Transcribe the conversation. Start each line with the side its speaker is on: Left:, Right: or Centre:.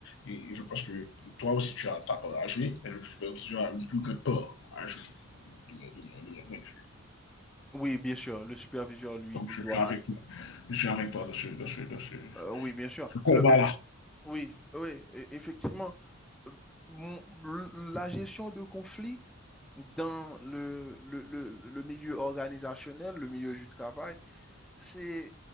Left: et je pense que toi aussi, tu as ta part à jouer, mais le superviseur a une plus grande part à jouer, de mon, de mon- de mon point de vue.
Centre: Oui, bien sûr, le superviseur, lui,
Left: Donc,
Centre: il
Left: je
Centre: doit...
Left: suis avec toi. Je suis avec toi dans ce, dans ce, dans ce-
Centre: euh, oui, bien sûr.
Left: dans ce combat-là.
Centre: Le, le- oui, oui, e- effectivement. Euh, mon- l- La gestion de conflits dans le, le, le, le milieu organisationnel, le milieu du travail, c'est